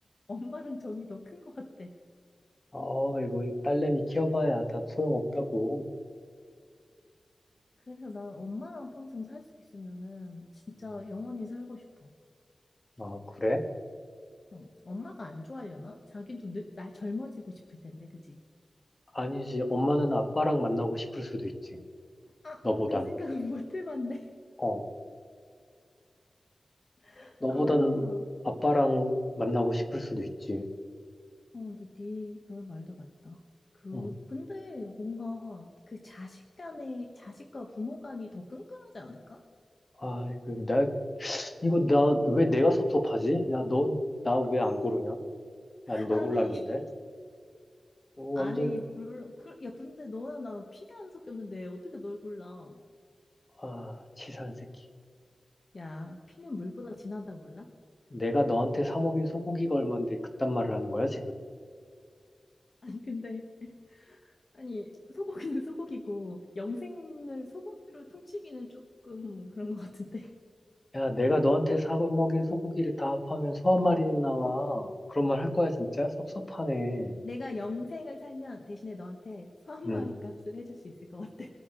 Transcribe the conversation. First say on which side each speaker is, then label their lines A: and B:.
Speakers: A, on the left; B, on the left.
A: <laughs> 엄마랑 정이 더 큰 것 같아.
B: 아, 이거 딸내미 키워봐야 다 소용없다고.
A: 그래서 난 엄마랑 평생 살 수 있으면은 진짜
B: 음,
A: 영원히 살고 싶어.
B: 아, 그래?
A: 응. 엄마가 안 좋아하려나? 자기도 늙, 나 젊어지고 싶을 텐데, 그지?
B: 아니지. 엄마는 아빠랑 만나고 싶을 수도 있지.
A: 아,
B: 너보단.
A: 그 생각은 못 해봤네.
B: 어,
A: <laughs>
B: 너보단
A: 아,
B: 아빠랑 만나고 싶을 수도 있지.
A: 어, 근데 네, 너의 말도 맞다. 그,
B: 어.
A: 근데 뭔가 그 자식 간의, 자식과 부모 간이 더 끈끈하지 않을까?
B: 아, 그, 나, 이거 나 왜 내가 섭섭하지? 야, 너 나 왜 안 고르냐?
A: <laughs>
B: 난 너
A: 아니,
B: 골랐는데. 이거 완전
A: 아니, 물론, 그, 야, 근데 너야 나랑 피가 안 섞였는데 어떻게 널 골라?
B: 아, 치사한 새끼.
A: 야, 피는 물보다 진하다 몰라?
B: 내가 너한테 사 먹인 소고기가 얼만데 그딴 말을 하는 거야, 지금?
A: <laughs> 아니, 근데, 아니, 소고기는 소고기고, 영생을 소고기로 퉁치기는 조금 그런 것 같은데.
B: 야, 내가 너한테 사 먹인 소고기를 다 합하면 소 한 마리는 나와. 그런 말 할 거야, 진짜? 섭섭하네.
A: 내가 영생을 살면 대신에 너한테 소 한
B: 음.
A: 마리 값을 해줄 수 있을 것 같아.